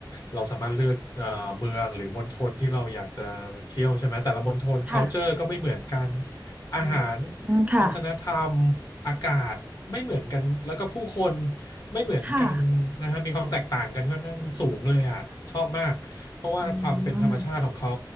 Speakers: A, on the left; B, on the right.
A: เราสามารถเลือกเอ่อเมืองหรือมณฑลที่เราอยากจะเที่ยวใช่ไหมแต่ละมณฑล
B: ค่ะ
A: culture ก็ไม่เหมือนกันอาหาร
B: อืมค่ะ
A: วัฒนธรรมอากาศไม่เหมือนกันแล้วก็ผู้คนไม่เหมือนกันนะฮะมีความแตกต่างกันค่อนข้างสูงเลยอ่ะชอบมากเพราะว่าความเป็นธรรมชาติของเขา
B: ค่ะอืม